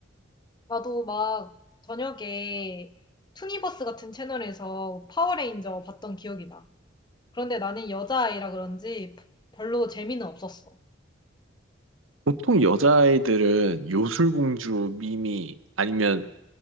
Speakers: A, on the left; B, on the right.
A: 나도 막 저녁에 투니버스 같은 채널에서 파워레인저 봤던 기억이 나. 그런데 나는 여자아이라 그런지 별로 재미는 없었어.
B: 보통 여자아이들은 요술공주 미미 아니면